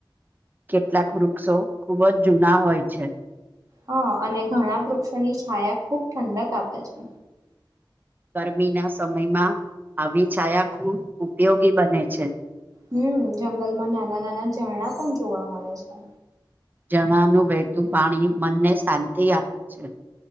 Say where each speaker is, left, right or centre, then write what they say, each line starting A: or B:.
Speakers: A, on the right; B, on the right.
A: કેટલાક વૃક્ષો ખૂબ જ જૂના હોય છે.
B: હ અને ઘણા વૃક્ષોની છાયા ખૂબ ઠંડક આપે છે.
A: ગરમીના સમયમાં આવી છાયા ખૂબ ઉપયોગી બને છે.
B: હમ જંગલમાં નાના નાના ઝરણા પણ જોવા મળે છે.
A: જણાનું વહેતું પાણી મનને શાંતિ આપે છે.